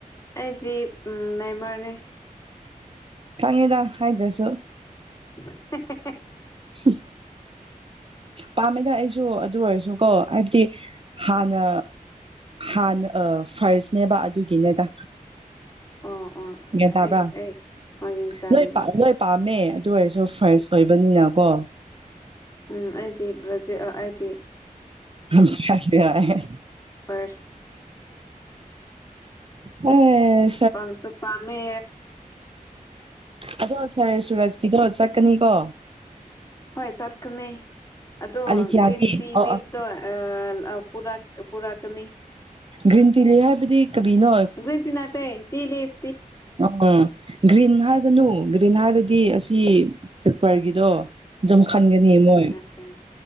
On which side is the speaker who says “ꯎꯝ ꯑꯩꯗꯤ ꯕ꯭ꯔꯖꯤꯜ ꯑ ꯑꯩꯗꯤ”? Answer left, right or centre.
Left